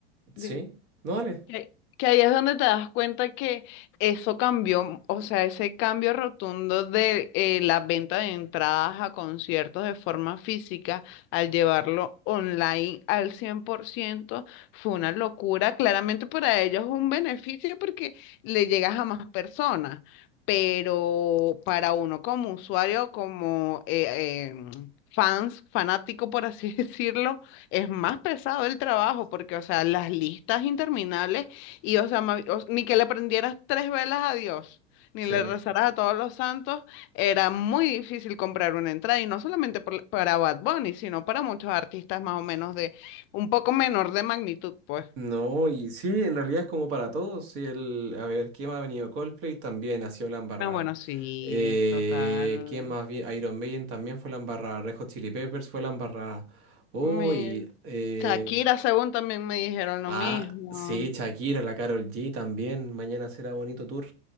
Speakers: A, on the right; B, on the left.
A: Sí,
B: Dime.
A: no, dale.
B: Que, que ahí es donde te das cuenta que eso cambió, o sea, ese cambio rotundo de eh, la venta de entradas a conciertos de forma física al llevarlo online al 100% fue una locura. Claramente para ellos es un beneficio porque le llegas a más personas, pero para uno como usuario, como eh, eh, fans, fanático por así <laughs> decirlo, es más pesado el trabajo porque, o sea, las listas interminables y, o sea, ma- o- ni que le prendieras tres velas a Dios, ni
A: Sí.
B: le rezaras a todos los santos, era muy difícil comprar una entrada y no solamente por- para Bad Bunny, sino para muchos artistas más o menos de un poco menor de magnitud, pues.
A: No, y sí, en realidad es como para todos. Sí, el... A ver, ¿quién más ha venido? Coldplay también ha sido la embarrada.
B: Ah, bueno, sí,
A: Eh,
B: total.
A: ¿quién más? vi- Iron Maiden también fue la embarrada. Red Hot Chili Peppers fue la embarrada. Uy,
B: Mi-
A: eh,
B: Shakira, según también me dijeron lo
A: ah,
B: mismo.
A: sí, Shakira, la Karol G también. Mañana será bonito tour.